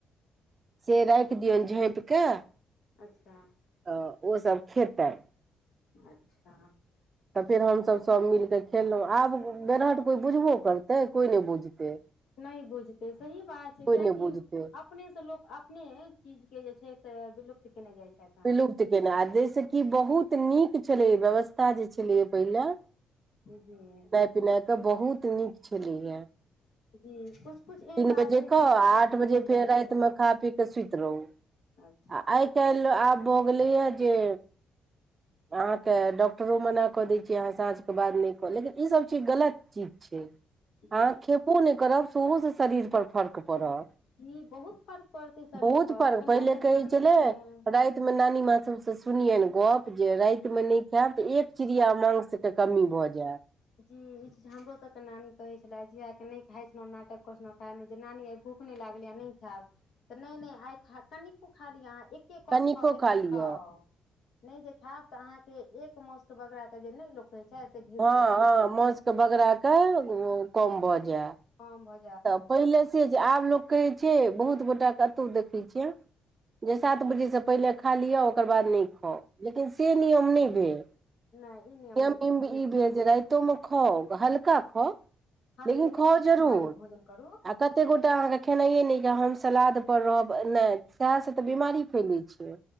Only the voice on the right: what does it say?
से राखि दियऔन झाँपिकऽ
तऽ ओसभ खेतै
तऽ फेर हमसभ सभ मिलके खेललहुँं आब बेरहट कोइ बुझबो करतै कोइ नहि बुझते
नहि बुझतै
विलुप्त केना आ जाहिसँ कि बहुत नीक छलै व्यवस्था जे छलै पहिले
पिनाइके बहुत नीक छलीया
तीन
बजे
कह
आठ
बजे
फेर राति
मे खा पी के सुति रहू
आ आइ काल आब भो गेले या जे अहाँके डॉक्टरो मना कऽ दै छै अहाँ साँझ के बाद न नहि कह लेकिन ईसभ चीज गलत चीज छै
अहाँ खेबो नहि करब सेहोसँ शरीरपर फर्क पड़त
बहुत
फर्क
पहिले
कहै
छले
राति मे नानी माँ सब से सुनियनि गप जे राति मे नहि खायब तऽ एक चिड़िया मांस के कमी भऽ जायत
कनिको
खा लिअ
हँ
हँ माउस के बगरा कऽ कम भऽ जा
तऽ पहिले से जे आब लोक कहैत छै बहुत गोटाके कतहु देखैत छियै जे सात बजे सँ पहिले खा लिअ ओकर बाद नहि खाउ लेकिन से नियम नहि भेल
नियम
अयमे
ई भेल
राइतोमे खाउ हल्का खाउ
लेकिन
खाउ
जरूर
आ कते गोटा अहाँके खेनाइयए नहि य हम सलाद पर रहब नहि सएह से तऽ बिमारी फैले छै